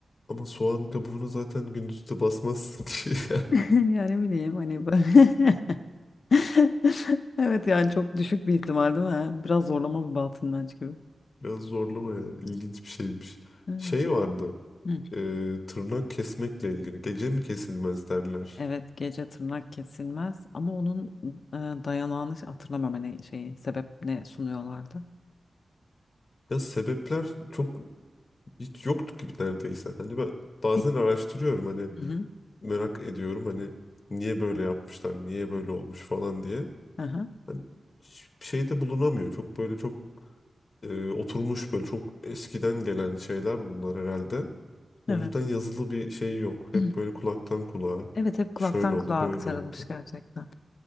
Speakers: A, on the left; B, on the left.
A: Ama soğan kabuğuna zaten gündüz de basmazsın <laughs> diye.
B: <laughs> Yani bileyim hani böyle- <laughs> Evet yani çok düşük bir ihtimal değil mi? ha? Biraz zorlama bir batıl inanç gibi.
A: Biraz zorlama ya. İlginç bir şeymiş.
B: Evet.
A: Şey vardı.
B: Hı.
A: e, tırnak kesmekle ilgili. Gece mi kesilmez derler.
B: Evet gece tırnak kesilmez ama onun e, dayanağını hatırlamıyorum hani şeyi sebep ne sunuyorlardı.
A: Ya sebepler çok hiç yoktu gibi neredeyse. Hani ben bazen
B: Bir-
A: araştırıyorum hani
B: Hı hı.
A: merak ediyorum hani niye böyle yapmışlar, niye böyle olmuş falan diye.
B: Aha.
A: Hani hiçbir şey de bulunamıyor. Çok böyle çok e, oturmuş böyle çok eskiden gelen şeyler bunlar herhalde. O
B: Evet.
A: yüzden yazılı bir şey yok. Hep
B: <clears throat>
A: böyle kulaktan kulağa
B: Evet hep
A: şöyle
B: kulaktan
A: oldu,
B: kulağa
A: böyle
B: aktarılmış
A: oldu.
B: gerçekten.